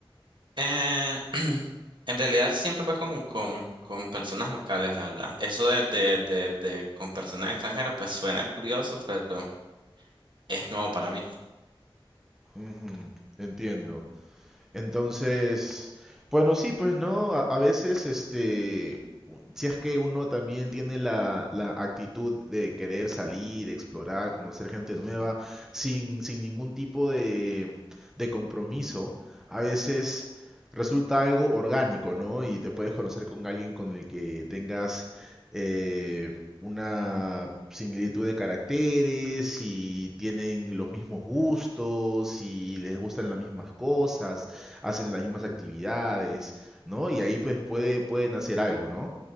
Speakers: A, on the right; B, in the centre.
A: Eh, <clears throat> en realidad siempre fue con, con, con personas locales, la verdad. Eso de, de, de, de con personas extranjeras, pues suena curioso, pero Es nuevo para mí.
B: Ujú, Entiendo. Entonces, bueno, sí, pues no, a, a veces este, u- si es que uno también tiene la, la actitud de querer salir, explorar, conocer gente nueva, sin, sin ningún tipo de, de compromiso, a veces resulta algo orgánico, ¿no? Y te puedes conocer con alguien con el que tengas eh, una similitud de caracteres, y tienen los mismos gustos, y les gustan las mismas cosas hacen las mismas actividades, ¿no? Y ahí pues puede, pueden hacer algo, ¿no?